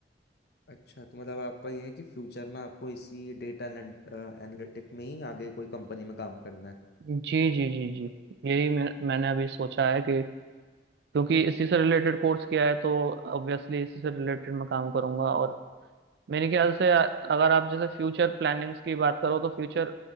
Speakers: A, on the left (about 60°); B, on the right (about 65°).
A: अच्छा तो मतलब आपका ये है कि फ्यूचर में आपको इसी डेटा एनालिटिक में ही आगे कोई कंपनी में काम करना है
B: जी जी जी जी यही मैं, मैंने अभी सोचा है कि क्योंकि इसी से रिलेटेड कोर्स किया है तो ऑब्वियसली इसी से रिलेटेड मैं काम करूंगा और मेरे ख्याल से अ- अगर आप जैसे फ्यूचर प्लानिंग्स की बात करो तो फ्यूचर